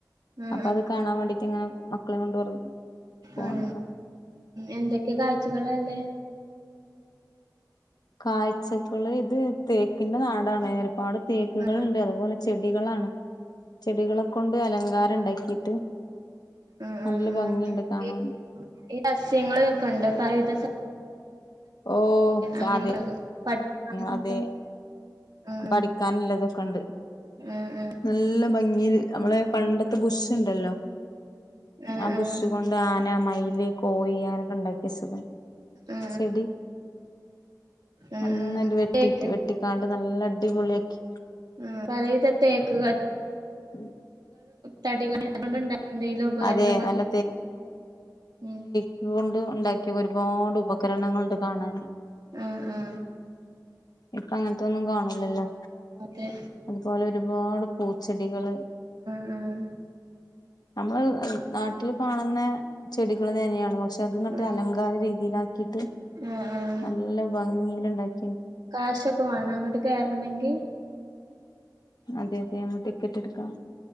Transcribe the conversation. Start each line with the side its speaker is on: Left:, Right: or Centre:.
Right: ആ
Left: അപ്പൊ അത് കാണാൻ വേണ്ടീട്ട് ഇങ്ങനെ മക്കളെ കൊണ്ട് പോന്നതാ
Right: ആ എന്തൊക്കെ കാഴ്ചകളല്ലേ
Left: കാഴ്ചകള് ഇത് തേക്കിന്റെ നാടാണ് ഒരുപാട് തേക്കുകൾണ്ട്
Right: ആ
Left: അതുപോലെ ചെടികളാണ് ചെടികളെ കൊണ്ട് അലങ്കാരം ഉണ്ടാക്കിട്ട്
Right: ആ
Left: നല്ല
Right: ആ ആ
Left: ഭംഗിണ്ട് കാണാന്
Right: ഈ ഈ <unintelligible> പഴത
Left: ഓ <unintelligible>
Right: അങ്ങനെ പഠിക്കാനൊക്കെ
Left: അതെ
Right: ആ
Left: പഠിക്കാനുള്ളതൊക്കെ ഉണ്ട്
Right: ആ ആ ആ
Left: നല്ല ഭംഗി ല് നമ്മളെ പണ്ടത്തെ ബുഷ്ണ്ടല്ലോ
Right: ആ
Left: അ ബുഷ് കൊണ്ട് ണ്ട് ആന, മയില്, കോഴി അങ്ങനെയൊക്കെ ഉണ്ടാക്കിയ വെച്ചിണ്
Right: ആ
Left: ചെടി
Right: ആ
Left: നന്നായിട്ട്
Right: ആ
Left: വെട്ടിട്ട്
Right: തേക്ക്
Left: വെട്ടിക്കാണ്ട് നല്ല അടിപൊളിയാക്കി
Right: മം പലവിധം തേക്ക്
Left: ഉം
Right: തടി കൊണ്ടുണ്ടാക്കുന്ന എന്തെിലും ഉപകരണങ്ങൾ
Left: അതെ നല്ല
Right: ഉ-
Left: ഇതുകൊണ്ട് ഉണ്ടാക്കിയ ഒരുപാട് ഉപകരണങ്ങളൾണ്ട് കാണാൻ
Right: ആ ആ
Left: ഇപ്പ അങ്ങനത്തൊ ഒന്നും കാണുലല്ലോ
Right: അതെ
Left: അതുപോലെ ഒരുപാട് പൂച്ചെടികള്
Right: ആഹ്
Left: നമ്മള് നാട്ടിൽ കാണുന്ന ചെടികള് തന്നെയാണ് പക്ഷെ പക്ഷെ അത്ങ്ങട്ട്
Right: ആ
Left: അലങ്കാര രീതിയിലാക്കിയിട്ട്
Right: ആഹ് ആഹ്
Left: നല്ല ഭംഗിൽ ഉണ്ടാക്കി
Right: കാശൊക്കെ വേണോ അങ്ങോട്ട് കയറണെങ്കിൽ
Left: അതെ അതെ നമ്മ ടിക്കറ്റ് എടുക്കാം